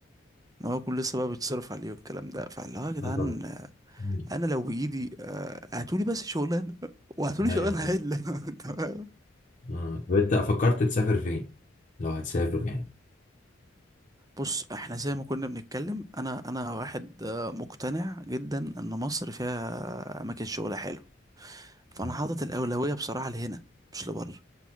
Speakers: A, on the right; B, on the left.
A: ان هو يكون لسه بقى بيتصرف عليه والكلام ده فاللي هو يا جدعان
B: اه طبعا
A: آه،
B: مم.
A: انا لو بايدي آه، هاتولي بس شغلانة وهاتولي
B: ايوه
A: شغلانة عدلة <laughs> انت فاهم
B: اه طب أنت فكرت تسافر فين؟ لو هتسافر يعني
A: بص احنا زي ما كنا بنتكلم انا انا واحد آه، مقتنع جدا ان مصر فيها اماكن شغل حلو فانا
B: مم.
A: حاطط الاولويه بصراحه لهنا مش لبره